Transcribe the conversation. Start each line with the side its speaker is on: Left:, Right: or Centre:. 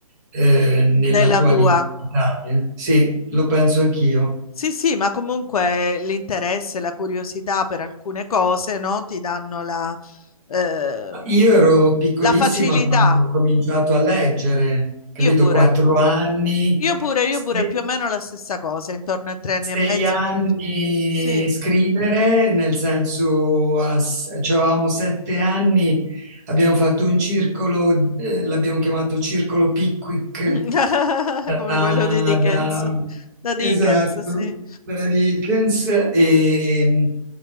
Right: eh, nella
Left: nella
Right: tua
Left: tua.
Right: lingua natale. Sì, lo penso anch'io.
Left: Sì, sì, ma comunque l'interesse, la curiosità per alcune cose, no? Ti danno la, eh,
Right: Io ero piccolissima
Left: la facilità.
Right: quando ho cominciato a leggere, capito?
Left: Io pure,
Right: Quattro anni,
Left: io pure, io
Right: se-
Left: pure, più o meno la stessa cosa, intorno ai tre anni
Right: sei
Left: e mezzo.
Right: anni
Left: ho cominci- Sì,
Right: scrivere, nel senso, a s- cioè, avevamo sette anni, abbiamo fatto un circolo, eh, l'abbiamo chiamato Circolo Pickwick,
Left: <laughs>
Right: da,
Left: come quello di Dickens,
Right: da-
Left: da Dickens,
Right: esatto,
Left: sì.
Right: da Dickens e,